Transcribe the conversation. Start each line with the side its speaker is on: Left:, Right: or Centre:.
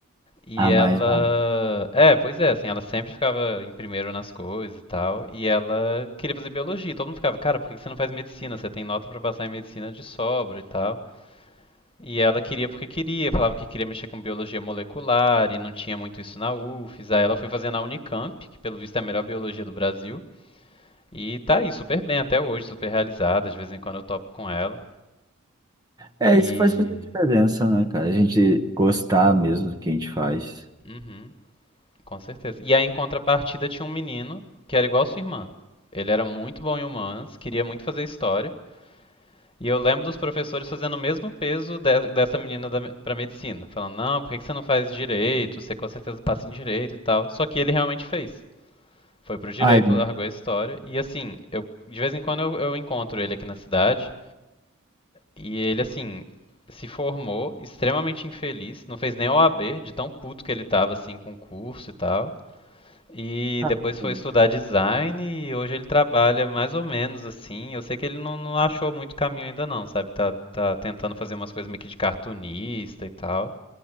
Left: E
Right: Ah,
Left: ela.
Right: mais, mais.
Left: É, pois é, assim, ela sempre ficava em primeiro nas coisas e tal. E ela queria fazer biologia. Todo mundo ficava, cara, por que você não faz medicina? Você tem nota pra passar em medicina de sobra e tal. E ela queria porque queria, falava que queria mexer com biologia molecular e não tinha muito isso na UFES. Aí ela foi fazer na Unicamp, que pelo visto é a melhor biologia do Brasil. E tá aí, super bem até hoje, super realizada. De vez em quando eu topo com ela.
Right: É,
Left: E.
Right: isso faz muita diferença, né, cara? A gente gostar mesmo do que a gente faz.
Left: Uhum, com certeza. E aí, em contrapartida, tinha um menino que era igual a sua irmã. Ele era muito bom em humanas, queria muito fazer história. E eu lembro dos professores fazendo o mesmo peso de- dessa menina da, pra medicina. Falando, não, por que que você não faz direito? Você com certeza passa em direito e tal. Só que ele realmente fez. Foi pro direito,
Right: Ai,
Left: largou a história. E assim, eu, de vez em quando eu, eu encontro ele aqui na cidade. E ele, assim, se formou extremamente infeliz. Não fez nem OAB, de tão puto que ele tava, assim, com o curso e tal. E
Right: tá
Left: depois foi
Right: bom.
Left: estudar design e hoje ele trabalha mais ou menos assim. Eu sei que ele não, não achou muito caminho ainda não, sabe? Tá, tá tentando fazer umas coisas meio que de cartunista e tal.